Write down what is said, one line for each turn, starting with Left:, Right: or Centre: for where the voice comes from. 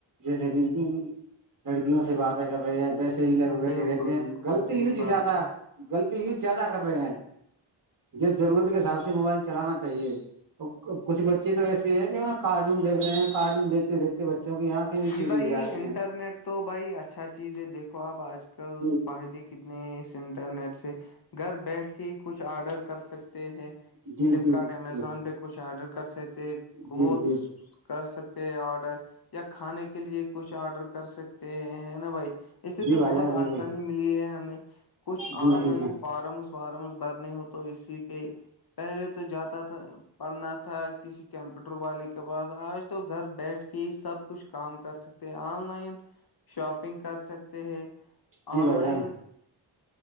Right: جیسے کہ لڑکیوں سے باتیں کر رہے ہیں بیس صحی لے کر بیٹھے
Left: بالکل
Right: رہتے ہیں
Left: بالکل
Right: غلط
Left: صحیح
Right: یوج
Left: بات
Right: زیادہ
Left: ہے
Right: غلط یوز زیادہ کر رہے ہیں جس ضرورت کے حساب سے موبائل چلانا چاہیے کچھ بچے تو ایسے ہیں کہاں کارٹون دیکھ رہے ہیں کارٹون دیکھتے دیکھتے بچے کیونکہ آنکھیں بھی
Left: جی
Right: ٹیڑی
Left: بھائی
Right: ہو جاتی
Left: انٹرنیٹ
Right: ہیں
Left: تو بھائی اچھا چیز ہے دیکھو آپ آج کل
Right: جی
Left: فائدے کے کتنے اس انٹرنیٹ سے گھر بیٹھ کے ہی کچھ آرڈر کر سکتے ہیں
Right: جی
Left: فلپکارٹ
Right: جی
Left: امیزون
Right: جی
Left: پہ کچھ آرڈر کر سکتے کلوتھس
Right: جی جی
Left: کر سکتے ہیں آرڈر یا کھانے کے لیے کچھ آرڈر کر سک ہے نا بھائی اس سے
Right: جی
Left: تو
Right: بھائی
Left: بہت
Right: جان بالکل
Left: آسانی ملی ہے ہمیں کچھ
Right: جی
Left: آن
Right: جی
Left: لائن
Right: جی
Left: فارمس وارمس بھرنے ہو تو اسی پہ پہلے تو جاتا تھا پڑھنا تھا کسی کمپیوٹر والے کے پاس آج تو گھر بیٹھ کے ہی سب کچھ کام کر سکتے ہیں آن لائن شاپنگ کر سکتے ہیں
Right: جی
Left: آن
Right: بھائی
Left: لائن
Right: جان